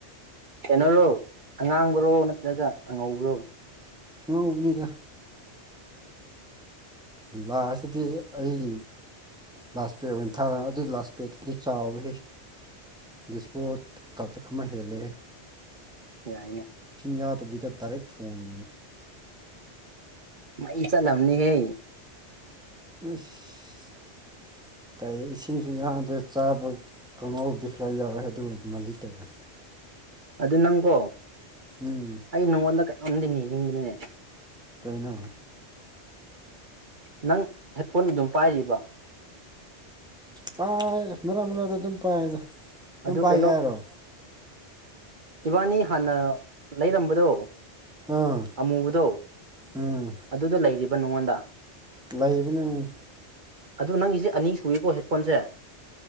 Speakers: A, on the right (about 45°); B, in the centre.
A: ꯀꯩꯅꯔꯣ ꯑꯉꯥꯡꯕꯔꯣ ꯅꯠꯇ꯭ꯔꯒ ꯑꯉꯧꯕꯔꯣ
B: ꯑ ꯎ ꯃꯤꯗ ꯂ ꯑꯗꯨꯗꯤ ꯑꯩ ꯂꯥꯁ ꯄꯦꯠ ꯑꯣꯏꯅ ꯊꯥ ꯑꯗꯨ ꯂꯥꯁ ꯄꯦꯗꯨꯗꯤ ꯆꯥꯎꯋ ꯗꯤꯁꯄꯣꯠ ꯀꯞꯇꯛ ꯑꯃ ꯍꯦꯜꯂꯦ
A: ꯌꯥꯏꯅꯦ
B: ꯌꯥꯕꯇ ꯇꯔꯦ ꯊꯣꯡ
A: ꯃꯥ ꯏ ꯆꯂꯑꯅꯤ ꯍꯦ
B: <unintelligible>
A: <unintelligible>
B: ꯀꯔꯤ ꯏꯁꯤꯡꯁꯤ ꯌꯥꯝꯗ ꯆꯥꯕ ꯀꯥꯡ ꯉꯥꯎꯕꯨꯗꯤ ꯈꯔ ꯌꯥꯎꯋꯦ ꯑꯗꯨ ꯃꯥꯜꯂꯤ ꯇꯧꯅꯤ
A: ꯑꯗꯨ ꯅꯪꯀꯣ
B: ꯎꯝ
A: ꯑꯩ ꯅꯪꯉꯣꯟꯗ ꯀꯩꯅꯣꯝꯗꯤ ꯅꯤꯅꯤꯡꯕꯅꯤꯅꯦ
B: ꯇꯥꯏꯅ
A: ꯅꯪ ꯍꯦꯠꯐꯣꯟ ꯑꯗꯨꯝ ꯄꯥꯏꯔꯤꯕ
B: ꯄꯥꯏ ꯃꯔꯛ ꯃꯔꯛꯛꯇ ꯑꯗꯨꯝ ꯄꯥꯏꯗ ꯑꯗꯨꯝ
A: ꯑꯗꯨ
B: ꯄꯥꯏꯒꯦ
A: ꯀꯩꯅꯣ
B: ꯍꯥꯏꯔꯣ
A: ꯏꯕꯥꯅꯤ ꯍꯥꯟꯅ ꯂꯩꯔꯝꯕꯗꯣ
B: ꯑꯥ
A: ꯑꯃꯨꯕꯗꯣ
B: ꯎꯝ
A: ꯑꯗꯨꯗ ꯂꯩꯔꯤꯕ ꯅꯉꯣꯟꯗ
B: ꯂꯩꯕꯅꯦ
A: ꯑꯗꯨ ꯅꯪꯒꯤꯁꯦ ꯑꯅꯤ ꯁꯨꯔꯤꯀꯣ ꯍꯦꯠꯐꯣꯟꯁꯦ